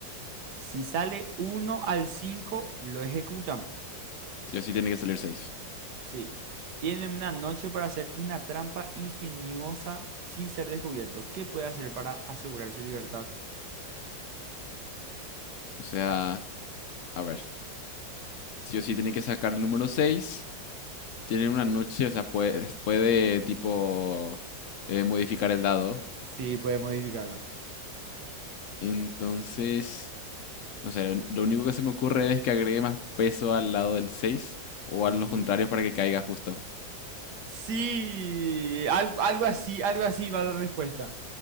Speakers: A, on the right (about 65°); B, on the left (about 85°).
A: Si sale uno al 5 lo ejecutan.
B: Sí o sí tiene que salir seis,
A: Sí. Tienen una noche para hacer una trampa ingeniosa sin ser descubierto. ¿Qué puede hacer para asegurar su libertad?
B: O sea, a ver. Sí o sí tiene que sacar el número 6. Tiene una noche, o sea, puede, puede tipo eh, modificar el dado.
A: Sí, puede modificarlo.
B: Entonces, no sé, lo único que se me ocurre es que agregue más peso al lado del 6 o
A: Mm,
B: a los contrarios para que caiga justo.
A: Sí, al- algo así, algo así va la respuesta.